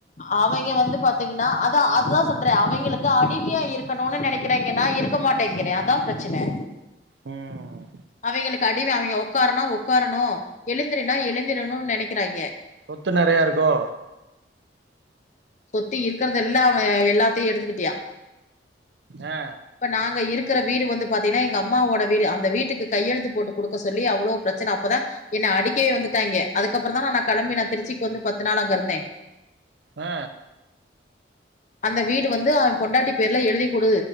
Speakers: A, on the left; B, on the right.
A: அவய்ங்க வந்து பாத்தீங்கன்னா அதா அதா சொல் றே அவய்ங்களுக்கு அடிமையா இருக்கணுனு நெனைக்கறாய்ங்க நா இருக்க மாட்டேங்கிறே அதா பிரச்சன
B: ம்
A: அவய்ங்களுக்கு அடிம அவிங்க ஒக்காருன்னா ஒக்காரணு எழுந்திரின்னா எழுந்திரணுன் நெனைக்கறாய்ங்க
B: சொத்து நெறையா இருக்கோ
A: சொத்து இருக்கறதெல்லா அவ எல்லாத்தயு எடுத்துக்கிட்டியா
B: ஆ
A: இப்ப நாங்க இருக் கற வீடு வந்து பாத்தீங்கனா எங்க அம்மாவோட வீடு அந்த வீட்டுக்கு கையெழுத்து போட்டு குடுக்க சொல்லி அவ்ளோ பிரச்சன அப்ப தா என்ன அடிக்கவே வந்துட்டாய்ங்க அதுக்கப்பறந்தா நா நா கெளம்பி நா திருச்சிக் வந்து பத்து நாள் அங்கருந்தே
B: ஆ
A: அந்த வீடு வந்து அவன் பொண்டாட்டி பேர்ல எழுதி் குடு